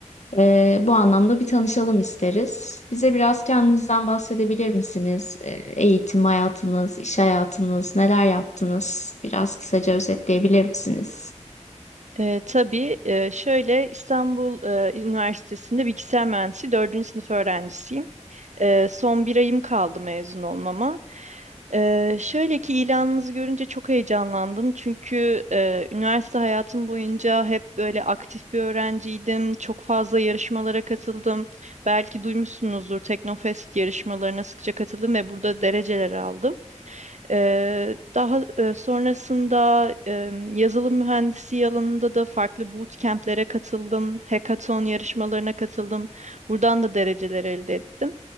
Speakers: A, on the left; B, on the right.
A: Ee, bu anlamda bir tanışalım isteriz. Bize biraz kendinizden bahsedebilir misiniz? Ee, eğitim hayatınız, iş hayatınız, neler yaptınız? Biraz kısaca özetleyebilir misiniz?
B: Ee, tabii e, şöyle İstanbul e, Üniversitesi'nde bilgisayar mühendisi dördüncü sınıf öğrencisiyim. Ee, son bir ayım kaldı mezun olmama. Ee, şöyle ki ilanınızı görünce çok heyecanlandım. Çünkü e, üniversite hayatım boyunca hep böyle aktif bir öğrenciydim. Çok fazla yarışmalara katıldım. Belki duymuşsunuzdur Teknofest yarışmalarına sıkça katıldım ve burada dereceler aldım. Eee, daha e, sonrasında e, yazılım mühendisi alanında da farklı bootcamp'lere katıldım, hackathon yarışmalarına katıldım. Buradan da dereceler elde ettim.